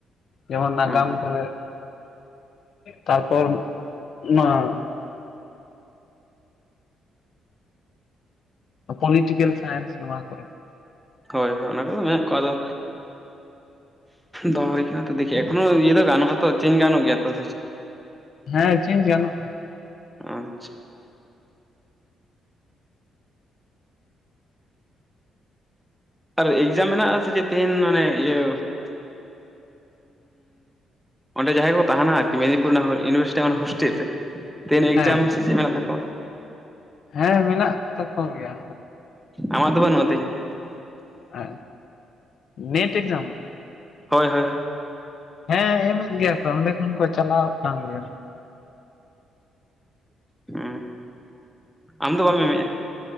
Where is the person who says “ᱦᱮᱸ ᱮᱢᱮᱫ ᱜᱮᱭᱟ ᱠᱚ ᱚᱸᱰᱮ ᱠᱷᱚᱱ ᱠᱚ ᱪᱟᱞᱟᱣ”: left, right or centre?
Left